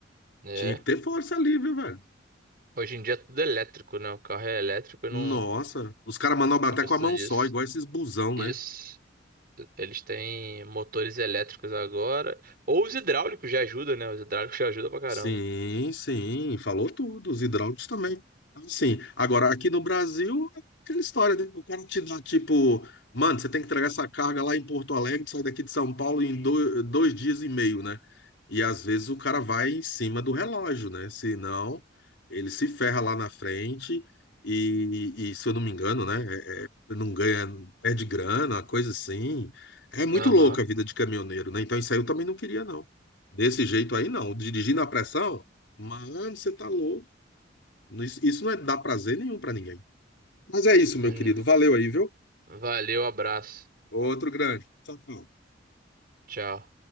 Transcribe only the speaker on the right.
É.
Hoje em dia é tudo é elétrico, né? O carro é elétrico e
não,
não
precisa
disso.
Isso.
Eles têm motores elétricos agora. Ou os hidráulicos já ajudam, né? Os hidráulicos já ajudam pra caramba.
Aham.
Hum,
valeu, abraço.
Tchau.